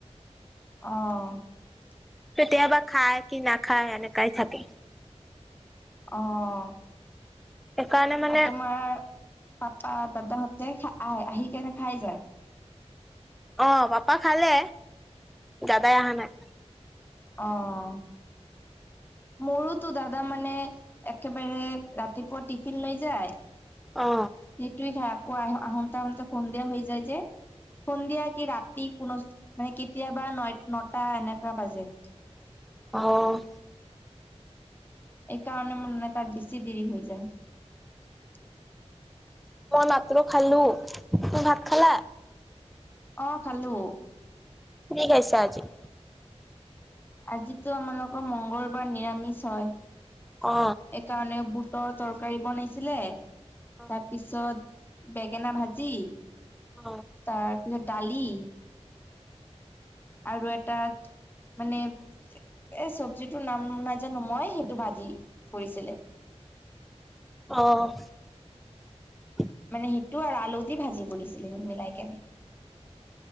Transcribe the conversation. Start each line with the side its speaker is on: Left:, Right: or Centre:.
Left: অ',
Centre: কেতিয়াবা খায় কি না খায় এনেকাই থাকে।
Left: অ', অ',
Centre: সেইকাৰণে মানে
Left: অ', তোমাৰ পাপা দাদাহতে খ আ, আহি কেনে খাই যায়।
Centre: অ', পাপা খালে দাদাই আহা নাই।
Left: অ', মোৰোতো দাদা মানে একেবাৰে ৰাতিপুৱা টিফিন লৈ যায় সেইটোৱে
Centre: অ।
Left: খাই আকৌ আহ- আহোঁতে -আহোঁতে সন্ধিয়া হৈ যায় যে সন্ধিয়া কি ৰাতি কোনো মানে কেতিয়াবা ন -নটা এনেকা বাজে।
Centre: অ',
Left: এইকাৰণে মানে তাৰ বেছি দেৰি হৈ যায়।
Centre: মই মাত্ৰ খালোঁ। তুমি ভাত খালা?
Left: অ', খালোঁ।
Centre: কি কৰিছা আজি?
Left: আজিতো আমালোকৰ মংগলবাৰ নিৰামিষ হয়।
Centre: অ
Left: এইকাৰণে বুটৰ তৰকাৰী বনাইছিলে।
Centre: অ
Left: তাৰ পিছত বেঙেনা ভাজি,
Centre: অ
Left: তাৰ ডালি আৰু এটা মানে এ, চব্জিটো নাম নাজানো মই, সেইটো ভাজি কৰিছিলে।
Centre: অ'।
Left: মানে সিটো আৰু আলু দি ভাজি কৰিছিলে মিলাই কেনে।